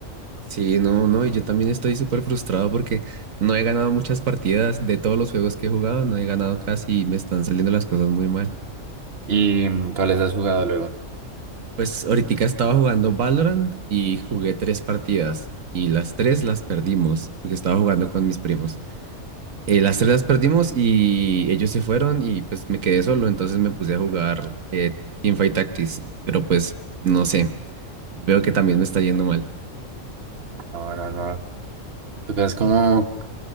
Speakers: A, on the right; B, on the right.
A: Sí, no, no, y yo también estoy súper frustrado porque no he ganado muchas partidas de todos los juegos que he jugado, no he ganado casi y me están saliendo las cosas muy mal.
B: ¿Y mm, cuáles has jugado luego?
A: Pues ahorita estaba jugando Valorant y jugué tres partidas y las tres las perdimos porque estaba jugando con mis primos. Eh, las tres las perdimos y ellos se fueron y pues me quedé solo, entonces me puse a jugar eh, Teamfight Tactics, pero pues no sé, veo que también me está yendo mal.
B: No, no, no. Tocas como